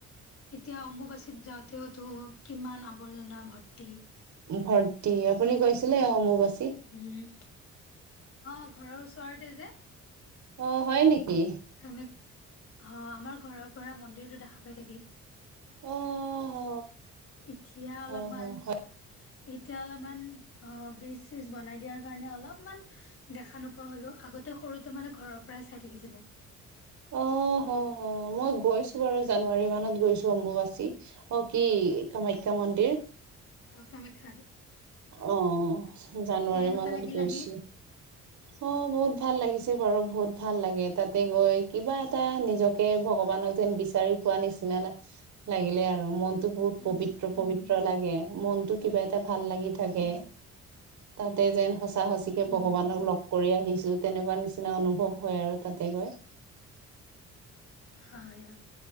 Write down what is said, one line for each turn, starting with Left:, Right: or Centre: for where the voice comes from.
Left: এতিয়া অম্বুবাচীত যাওঁ তেওতো কিমান আৱৰ্জনা ভৰ্তি।
Right: ভৰ্তি আপুনি গৈছিলে অম্বুবাচ
Left: উম, অ, ঘৰৰ ওচৰতে যে।
Right: অ', হয় নেকি
Left: কামাখ্যা অ', আমাৰ ঘৰৰ পৰা মন্দিৰতো দেখা পাই থাকি
Right: অ, হ।
Left: এতিয়া অলপমান
Right: অ হয়
Left: এতিয়া অলপমান অ' ব্ৰিজ চ্ৰিজ বনাই দিয়াৰ কাৰণে অলপমান দেখা নোপোৱা হ'লো আগতে সৰুতে মানে ঘৰৰ পৰাই চাই থাকিছিল লো।
Right: অ, হ - হ। অ' মই গৈছো বাৰু জানুৱাৰী মানত গৈছো অম্বুবাচী অ' কি কামাখ্যা মন্দিৰ
Left: অ, কামেখ্যাত।
Right: অ' জানুৱাৰী
Left: কেনেকুৱা
Right: মানত
Left: লাগিল
Right: গৈছো
Left: আহি
Right: অ' বহুত ভাল লাগিছে যি বাৰু বহুত ভাল লাগে তাতে গৈ কিবা এটা নিজকে ভগৱানক যেন বিচাৰি পোৱা নিচ না না লাগিলে আৰু মন টো বহুত
Left: উম
Right: পবিত্ৰ পবিত্ৰ
Left: উম
Right: লাগে মনটো কিবা এটা ভাল লাগি। থাকে
Left: উম
Right: তাতে যেন সঁচা সঁচিকে
Left: উম
Right: ভগৱানক লগ কৰি আহিছো। তেনেকুৱা নিচিনা অনুভৱ হয় আৰু তাতে গৈ।
Left: হয়